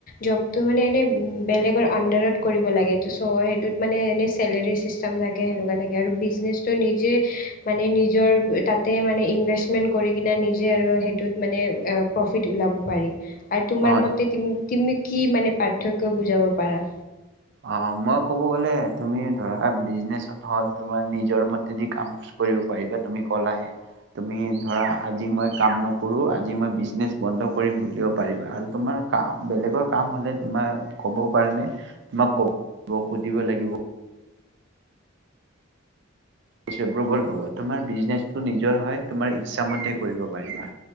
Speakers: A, on the left; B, on the right.
A: জব, তো মানে এনেই বেলেগৰ আণ্ডাৰত কৰিব লাগে চ' সেইটোত মানে এনে চেলেৰী ছিষ্টেম থাকে সেনেকুৱা থাকে আৰু বিজনেচটো নিজে মানে নিজৰ তাত হে মানে ইনভেষ্টমেণ্ট কৰি কিনে নিজে আৰু সেইটোত মানে প্ৰফিট ওলাব পাৰি আৰু তোমাৰ
B: অ
A: মতে তুমি তুমি কি মানে পাৰ্থক্য বুজাব পাৰা।
B: অ মই কব গলে তুমি ধৰা বিজনেচত হল তোমাৰ নিজৰ মতেদি ক কৰিব পাৰিবা তুমি কলাই তুমি ধৰা আজি মই কাম নকৰোঁ আজি মই বিজনেচ বন্ধ কৰিম বুলিও পাৰিবা আৰু তোমাৰ কাম বেলেগৰ কাম হলে তোমাৰ কব কাৰণে তোমাক ক'ব সুধিব লাগিব। <unintelligible> তোমাৰ বিজনেচটো নিজৰ হয় তোমাৰ ইচ্ছা মতে কৰিব পাৰিবা,